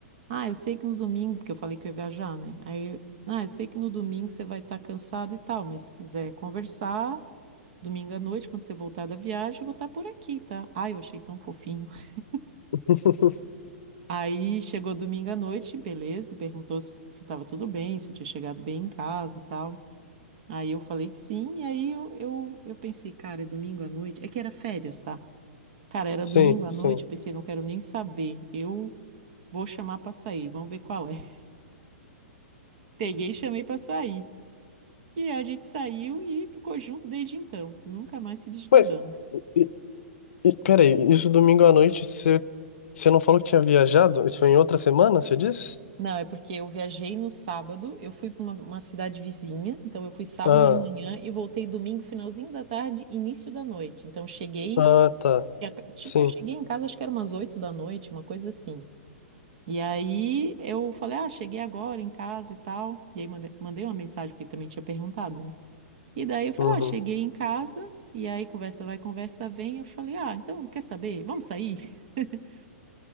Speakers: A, on the right; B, on the left.
A: Ah, eu sei que no domingo, porque eu falei que eu ia viajar, né? Aí, eu- ah, eu sei que no domingo você vai estar cansado e tal, mas se quiser conversar, domingo à noite, quando você voltar da viagem, eu vou estar por aqui, tá? Ai, eu achei tão fofinho. <laughs>
B: <laughs>
A: Aí chegou domingo à noite, beleza, perguntou se estava tudo bem, se eu tinha chegado bem em casa e tal. Aí eu falei que sim, e aí eu, eu, eu pensei, cara, é domingo à noite. É que era férias, tá? Cara, era domingo
B: Sim,
A: à
B: sim.
A: noite, eu pensei, não quero nem saber. Eu vou chamar pra sair, vamos ver qual é. <laughs> Peguei e chamei pra sair. E a gente saiu e ficou junto desde então. Nunca mais se desgrudamos.
B: Mas, e, e, peraí, isso domingo à noite você, você não falou que tinha viajado? Isso foi em outra semana, você disse?
A: Não, é porque eu viajei no sábado, eu fui pra uma, uma cidade vizinha, então eu fui sábado
B: Ah,
A: de manhã e voltei domingo, finalzinho da tarde, início da noite. Então cheguei,
B: ah, tá.
A: e a- tipo,
B: Sim.
A: eu cheguei em casa, acho que era umas oito da noite, uma coisa assim. E aí eu falei, ah, cheguei agora em casa e tal. E aí mande- mandei uma mensagem, porque ele também tinha perguntado, né? E daí eu falei,
B: Uhum.
A: ah, cheguei em casa. E aí conversa vai, conversa vem. Eu falei, ah, então quer saber? Vamos sair? <laughs>